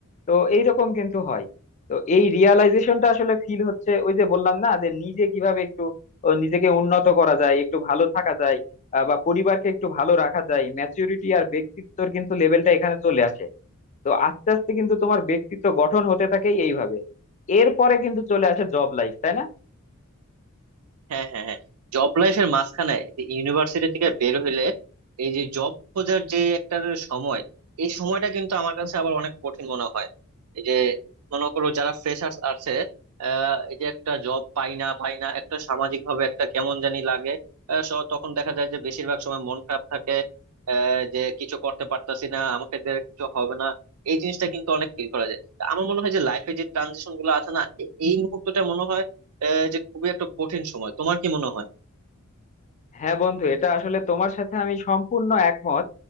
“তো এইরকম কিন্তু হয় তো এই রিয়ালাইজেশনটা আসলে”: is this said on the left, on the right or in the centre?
Left